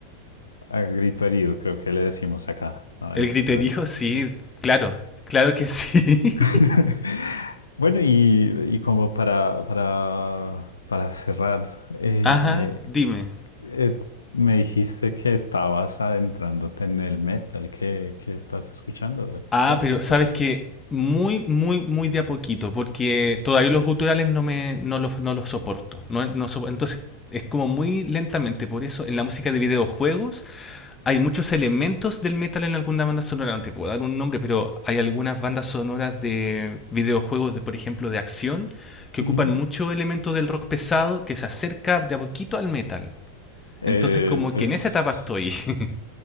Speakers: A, on the left; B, on the left.
A: a grito herido, creo que le decimos acá,
B: <laughs>
A: a
B: El
A: veces
B: griterío,
A: eso.
B: sí, claro, claro que sí.
A: <laughs>
B: <laughs>
A: Bueno, y, y como para, para, para cerrar, eh,
B: Ajá, dime.
A: Eh, me dijiste que estabas adentrándote en el metal. ¿Qué, qué estás escuchando
B: Ah,
A: respecto
B: pero sabes
A: a eso?
B: que muy, muy, muy de a poquito, porque todavía los guturales no me, no los, no los soporto. No, no sopo- entonces es como muy lentamente, por eso en la música de videojuegos hay muchos elementos del metal en alguna banda sonora. No te puedo dar un nombre, pero hay algunas bandas sonoras de videojuegos, de, por ejemplo, de acción, que
A: Ujú.
B: ocupan mucho elemento del rock pesado que se acerca de a poquito al metal.
A: Eh,
B: Entonces como
A: pues,
B: que en esa etapa estoy. <laughs>